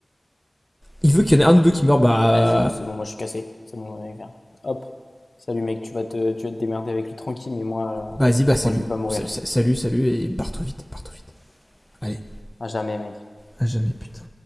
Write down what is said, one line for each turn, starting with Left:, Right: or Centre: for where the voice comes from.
Centre: il veut qu'il y en ait un ou deux qui meurent, bah,
Left: Vas-y, ouais, c'est bon, moi je suis cassé. C'est bon, on est vers- Hop. Salut mec, tu vas te, tu vas te démerder avec lui tranquille, mais moi, euh,
Centre: bah vas-y, bah salut,
Left: moi je veux pas mourir.
Centre: salut, salut, et barre-toi vite, barre-toi vite. Allez,
Left: À jamais, mec.
Centre: à jamais, putain.